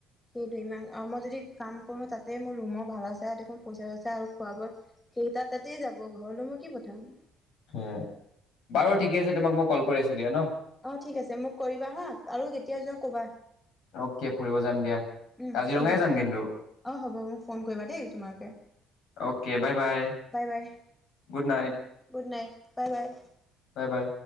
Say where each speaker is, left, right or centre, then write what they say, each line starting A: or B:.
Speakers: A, on the left (about 15°); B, on the left (about 65°).
A: সেইটোয়ে ইমান আৰু মই যদি কাম কৰো তাতে মোৰ ৰুমৰ ভাড়া চা দেখোন পইচা চইচা আৰু খোৱা বোৱাত সেই টা তাতেই যাব ঘৰলৈ মই কি পঠাম!
B: সেইয়া বাৰু ঠিকে আছে তোমাক মই কল কৰি আছো দিয়া ন।
A: অ' ঠিক আছে মোক কৰিবা হা আৰু কেতিয়া যোৱা কবা।
B: অ'কে ফুৰিব যাম দিয়া
A: উম
B: কাজিৰঙাই
A: ঠিক আছে
B: যাম কিন্তু
A: অ' হ'ব মোক ফোন কৰিবা দেই তোমালোকে
B: okay bye bye
A: bye bye
B: good night
A: good night. Bye -bye
B: bye - বাই।